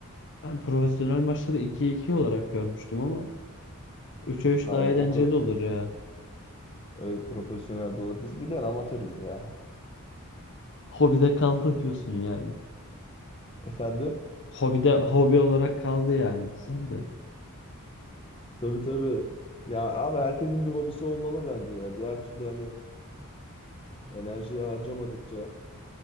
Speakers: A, on the left (about 55°); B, on the left (about 25°).
A: Ben profesyonel maçları 2'ye 2 olarak görmüştüm ama 3'e 3
B: Ha
A: daha
B: o,
A: eğlenceli
B: o kadar
A: olur ya.
B: e, profesyonel de olur. Biz biliyorsun amatörüz ya.
A: Hobide kaldı diyorsun yani.
B: <laughs> Efendim?
A: Hobide hobi olarak kaldı yani sen de.
B: Tabii tabii. Ya abi herkesin bir hobisi olmalı bence ya. Diğer türlü hani enerjiyi harcamadıkça